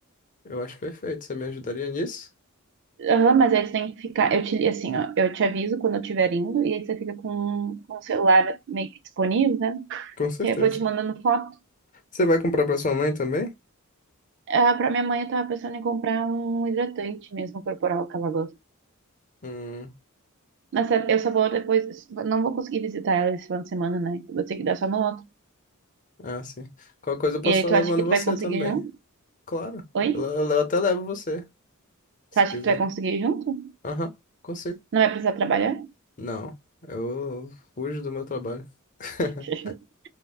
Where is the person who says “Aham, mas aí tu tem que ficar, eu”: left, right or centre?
Right